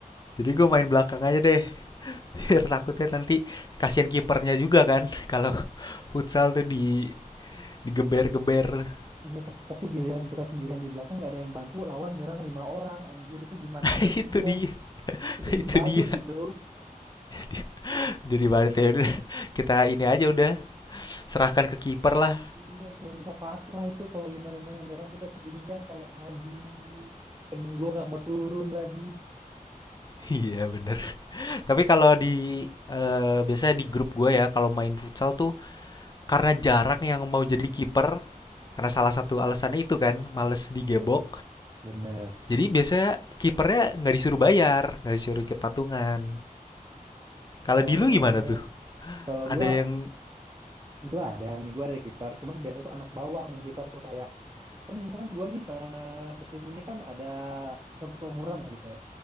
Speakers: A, on the left; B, on the right.
A: jadi gue main belakang aja deh. <laughs> Biar takutnya nanti kasihan kipernya juga kan <laughs> kalau futsal tuh di digeber-geber. <laughs>
B: Iya tapi, tapi giliran kita sendirian di belakang nggak ada yang bantu, lawan nyerang lima orang, anjir itu gimana
A: Nah,
B: ngadepinnya?
A: Itu dia. <laughs>
B: Kita jadi
A: Itu
B: badut
A: dia.
B: itu.
A: Dia Jadi wasit ya udah <laughs> kita ini aja udah serahkan ke kiper lah.
B: Iya, cuma bisa pasrah lah itu kalau lima-lima yang nyerang kita sendirian kayak aduh, temen gua nggak mau turun lagi.
A: <laughs> Iya bener. Tapi kalau di eh, biasanya di grup gue ya kalau main futsal tuh karena jarang yang mau jadi kiper karena salah satu alasannya itu kan males digebok.
B: Iya, bener.
A: Jadi biasanya kipernya nggak disuruh bayar, nggak disuruh ikut patungan. Kalau
B: Eh,
A: di lu gimana tuh?
B: kalau
A: Ada
B: gua
A: yang
B: Gue ada nih, gue ada kiper. Cuman biasanya tuh anak bawang yang kiper tuh kayak kan misalkan gue nih se- setim ini kan ada se- seumuran lah gitu ya.